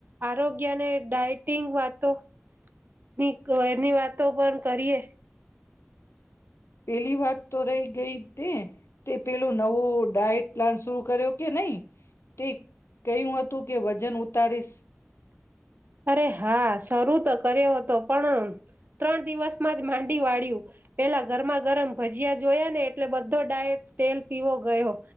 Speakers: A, on the right (about 45°); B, on the left (about 70°).
A: આરોગ્યને ડાયટિંગ વાતો ની ઘરની વાતો પણ કરીએ
B: પેલી વાત તો રહી ગઈ તે તે પેલું નવું ડાયટ પ્લાન શરુ કર્યો કે નહી તે કય્યું હતું કે વજન પરસ
A: અરે હા શરૂ તો કર્યો હતો પણ ત્રણ દિવસમાં જ માંડી વાળ્યું પેલા ગરમા ગરમ ભજીયા જોયા ને એટલે બધો ડાયટ તેલ પીવો ગયો